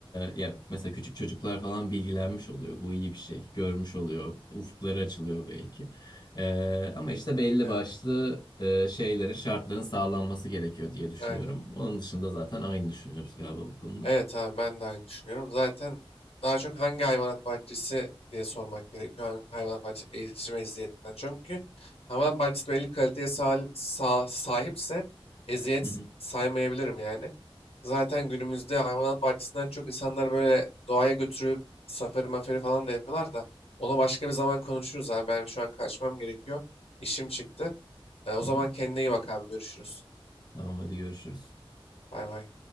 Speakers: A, on the left; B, on the left.
A: ya mesela küçük çocuklar falan bilgilenmiş oluyor. Bu iyi bir şey. Görmüş oluyor. Ufukları açılıyor belki. Ee, ama işte belli
B: Evet.
A: başlı e, şeylerin, şartların sağlanması gerekiyor diye düşünüyorum.
B: Aynen.
A: Onun dışında zaten aynı düşünüyoruz galiba bu konuda.
B: Evet abi ben de aynı düşünüyorum. Zaten daha çok hangi hayvanat bahçesi diye sormak gerekiyor. Hangi hayvanat bahçesi ezici eziyetinden. Çünkü hayvanat bahçesi belli kaliteye sahil- sa- sahipse eziyet
A: Hı hı.
B: saymayabilirim yani. Zaten günümüzde hayvanat bahçesinden çok insanlar böyle doğaya götürüp safari mafari falan da yapıyorlar da onu başka bir zaman konuşuruz abi. Benim şu an kaçmam gerekiyor. İşim çıktı. E, o
A: hı
B: zaman
A: hı.
B: kendine iyi bak abi görüşürüz.
A: Tamam hadi görüşürüz.
B: Bay bay.